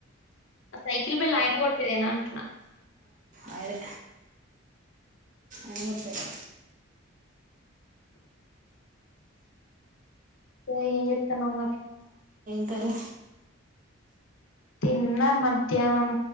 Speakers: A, on the left; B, on the right.
A: ఆ సైకిల్ బెల్ ఆయన కొట్టేదేనా అంటున్నా
B: అయనే ఏం జేత్తారు
A: తే ఏం చేత్తన్నా మరి
B: క్కరే
A: తిన్నా మధ్యాహ్నం